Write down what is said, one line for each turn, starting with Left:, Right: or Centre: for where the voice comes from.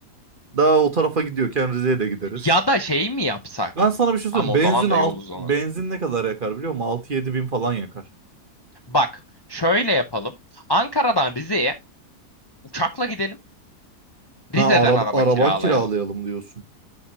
Right: Daha o tarafa gidiyorken Rize'ye de gideriz.
Left: ya da şey mi yapsak?
Right: Ben sana bir şey söyleyeyim.
Left: Ama
Right: Benzin
Left: o zaman
Right: alt,
Left: da yol uzanır.
Right: benzin ne kadar yakar biliyor musun? 6 yedi bin falan yakar.
Left: Bak şöyle yapalım. Ankara'dan Rize'ye uçakla gidelim.
Right: Ha
Left: Rize'den
Right: araba,
Left: araba
Right: araba
Left: kiralayalım.
Right: kiralayalım diyorsun.